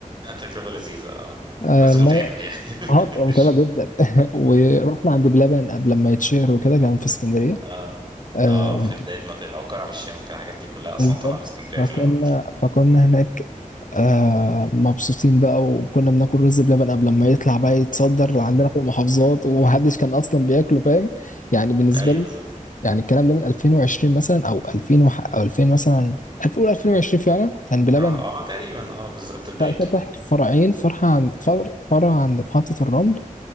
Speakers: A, on the right; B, on the left.
A: تجربه لذيذه اه
B: قوي
A: بس متعبه يعني
B: اه
A: <laughs>
B: متابع
A: مش
B: جدا <laughs> ورحنا عند بلبن قبل ما يتشهر وكده كان في اسكندريه
A: اه
B: آه
A: اه في بدايه ما تقلع وكرم الشام وكل الحاجات دي كلها اصلا
B: بالظبط
A: طالعه من اسكندريه
B: فكنا
A: في الاول
B: فكنا هناك آه مبسوطين بقى وكنا بناكل رز بلبن قبل ما يطلع بقى يتصدر
A: <laughs>
B: عندنا في المحافظات ومحدش كان اصلا بياكله فاهم يعني بالنسبه
A: ايوه
B: لنا
A: بالظبط
B: يعني الكلام ده من 2020 مثلا او 2000 وح- او 2000 مثلا 2000 قول 2020 فعلا كان بلبن
A: اه اه تقريبا اه بالظبط بدايته
B: فتح فرعين فرع عند فرع فرع عند محطه الرمل